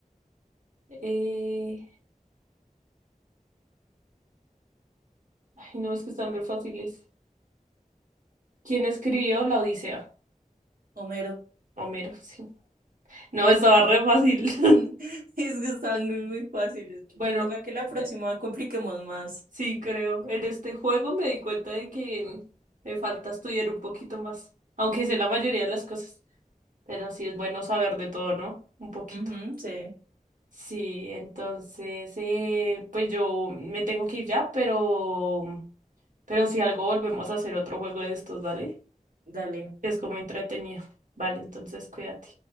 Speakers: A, on the right (about 65°); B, on the right (about 80°).
A: Eh, ay, no, es que están re fáciles. ¿Quién escribió la Odisea?
B: Homero.
A: Homero, sí. No, estaba re fácil.
B: <laughs>
A: <laughs>
B: Es que están muy muy fáciles.
A: Bueno,
B: Toca que la próxima
A: eh,
B: compliquemos más.
A: sí, creo. En este juego me di cuenta de que me falta estudiar un poquito más, aunque sé la mayoría de las cosas. Pero sí es bueno saber de todo, ¿no? Un poquito.
B: Ujú, sí.
A: Sí, entonces, eh, pues yo me tengo que ir ya, pero, pero si algo volvemos a hacer otro juego de estos, ¿vale?
B: Dale.
A: Que es como entretenido. Vale, entonces cuídate.